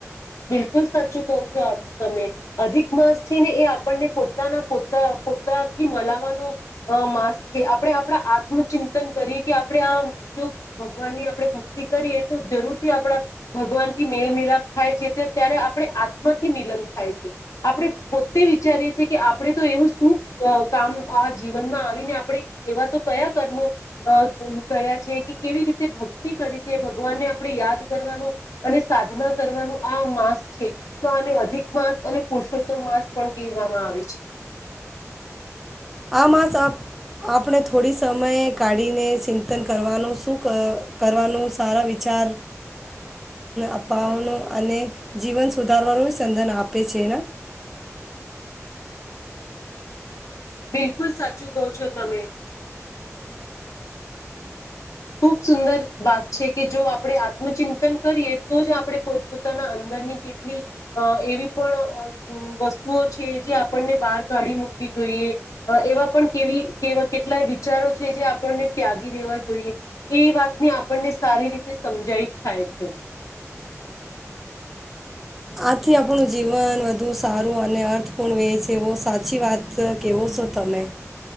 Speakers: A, on the left (about 75°); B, in the centre.
A: બિલકુલ સાચું કહો છો તમે અધિક માસ છે ને એ આપણને પોતાના પોતા પોતાથી મલાવાનો માસ છે આપણે આપણા આત્નુંું ચિંતન કરીએ કે આપણે આ જો ભગવાનની આપણે ભક્તિ કરીએ તો જરૂરથી આપણા ભગવાન થી મેલ મિલાપ થાય છે ત્યારે આપણે આત્માથી મિલન થાય છે આપણે પોતે વિચારીએ છએ કે આપણે તો એવું શું કામ આ જીવનમાં આવીને આપણે એવા તો કયા કર્મો કર્યા છે કે કેવી રીતે ભક્તિ કરી છે ભગવાનને આપણે યાદ કરવાનું અને સાધના કરવાનું આ માસ છે તો આને અધિક માસ અને પુરુષોત્તમ માસ પણ કહેવામાં આવે છે
B: આ માસ આપણે થોડી સમય કાઢીને ચિંતન કરવાનું શું કરવાનું સારા વિચાર અપાવાનો અને જીવન સુધારવાનું સંધન આપે છે
A: બિલકુલ સાચું કહો છો તમે ખૂબ સુંદર વાત છે કે જો આપણે આત્મચિંતન કરીએ તો જ આપણે પોતપોતાના અંદરની કેટલી એવી પણ વસ્તુઓ છે જે આપણને બહાર કાઢી મૂકવી જોઈએ એવા પણ કેવીવા કેટલાય વિચારો છે જે આપણને ત્યાગી દેવા જોઈએ એ વાતની આપણને સારી રીતે સમજાઈ થાય છે
B: આથી આપણું જીવન વધુ સારું અને અર્થપૂર્ણ રે છે એવ સાચી વાત કેવો છો તમે